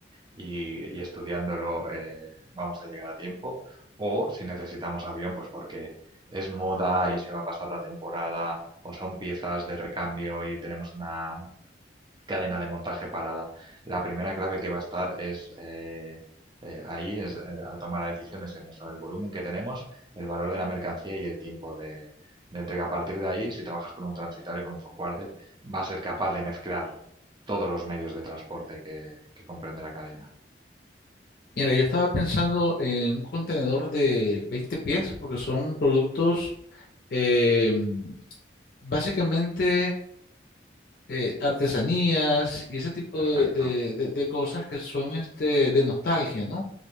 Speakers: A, on the right; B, on the left.
A: y, y estudiándolo eh, vamos a llegar a tiempo. O si necesitamos avión, pues porque es moda y se va a pasar la temporada o son piezas de recambio y tenemos una cadena de montaje parada. La primera clave que va a estar es eh, eh, ahí es eh, al tomar las decisiones en eso, el volumen que tenemos, el valor de la mercancía y el tiempo de, de entrega. A partir de ahí, si trabajas con un transitario, con un forwarder, va a ser capaz de mezclar todos los medios de transporte que, que comprende la cadena.
B: Mira, yo estaba pensando en un contenedor de 20 pies, porque son productos eh, básicamente eh, artesanías y ese tipo
A: Perfecto.
B: de, de- de- de cosas que son este, de nostalgia, ¿no?